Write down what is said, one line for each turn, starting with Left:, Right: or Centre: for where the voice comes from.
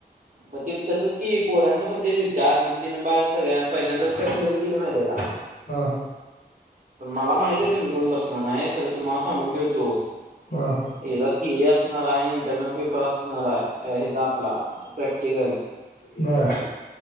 Right: मग ते तसंच की. पोरांचं पण ते विचार. म्हणून तिनं बाळ सगळ्या पहिल्यांदाच. काय क्लिअर केली माहितीये का?
Left: ह.
Right: मला माहिते. तुम्ही कोण बसणार नाय. खरं तुम्हाला सांगून ठेवतो.
Left: का?
Right: हचा थिअरी असणार आहे. आणि इंटरनल पेपर असणार आहे. हचा आपला प्रॅक्टिकल.
Left: बर.